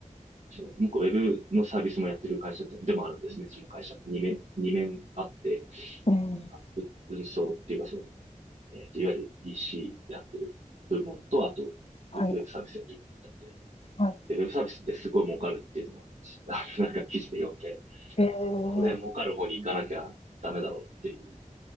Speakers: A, on the right (about 60°); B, on the left (about 50°).
A: その、向こうウェブのサービスもやってる会社でもあるんですね、その会社。二面、二面あって、
B: うん。
A: あの文章っていうか、その、えっと、いわゆる EC やってる部門と、あと、
B: はい。
A: ウェブサービスやってる部門だって。
B: はい。
A: で、ウェブサービスってすごい儲かるっていうのが、あの、なんか記事で読んで、
B: ええ、
A: これ儲かる方に行かなきゃダメだろうっていう